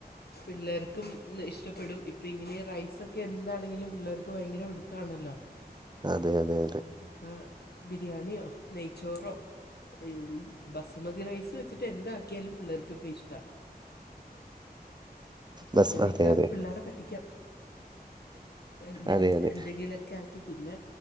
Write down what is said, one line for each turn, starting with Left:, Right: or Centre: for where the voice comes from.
Left: പിള്ളേർക്കും ഇഷ്ടപ്പെടും. ഇപ്പം ഇങ്ങനെ റൈസൊക്കെ എന്താണെങ്കിലും പിള്ളേർക്ക് ഭയങ്കര പിടുത്താണല്ലോ.
Right: അതെ അതെ അതെ.
Left: അപ്പൊ ബിരിയാണിയോ നെയ്ച്ചോറോ മ്മ് ബസുമതി റൈസ് വെച്ചിട്ട് എന്താക്കിയാലും പിള്ളേർക്കിപ്പം ഇഷ്ടാ. അപ്പം
Right: ബസ്
Left: അങ്ങനെയൊക്കെ
Right: അതെ അതെ
Left: പിള്ളേരെ പറ്റിക്കാം. എന്ത്
Right: അതെ അതെ
Left: എന്തെങ്കിലൊക്കെ ആക്കി പിന്നെ